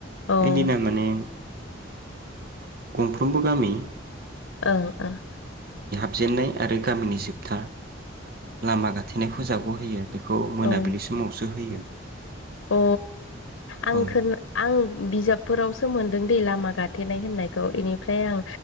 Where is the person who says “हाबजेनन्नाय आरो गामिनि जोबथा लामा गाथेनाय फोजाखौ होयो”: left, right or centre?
Right